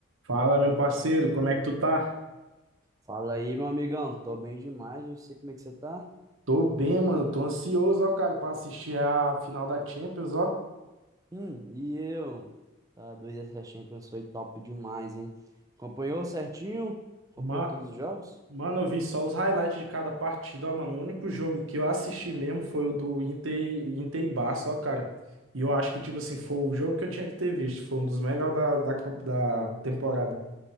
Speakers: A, on the right; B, on the right.
A: Fala, meu parceiro, como é que tu tá?
B: Fala aí, meu amigão. Tô bem demais. Eu sei como é que você tá?
A: Tô bem, mano. Tô ansioso, ó, cara, pra assistir a final da Champions, ó.
B: Hum, e eu? Tá doido essa Champions foi top demais, hein? Acompanhou certinho? Acompanhou
A: mano
B: todos os jogos?
A: Mano, eu vi só os highlights de cada partida, ó, mano. O único jogo que eu assisti mesmo foi o do Inter, Inter e Barça, ó, cara. E eu acho que, tipo assim, foi o jogo que eu tinha que ter visto. Foi um dos melhores da, da, camp- da temporada.